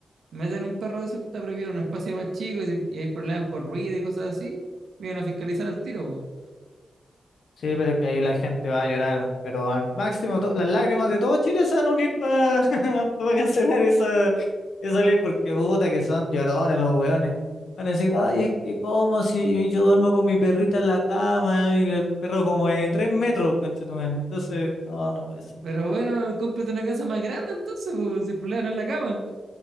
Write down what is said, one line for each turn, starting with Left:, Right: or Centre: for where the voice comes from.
Right: meten un perro de esos que está prohibido en un espacio más chico y, si- y hay problemas por ruido y cosas así, vienen a fiscalizar al tiro, po.
Left: Sí, pero es que ahí la gente va a llorar, pero al máximo to- las lágrimas de todo Chile se van a unir para <laughs> cancelar esa, esa ley, porque puta que son llorones los weones. Van a decir, ay, es que como si yo duermo con mi perrita en la cama y el perro como de tres metros, conchetumare. Entonces, no, no puede ser.
Right: Pero bueno, cómprate una casa más grande entonces, po, si el problema no es la cama.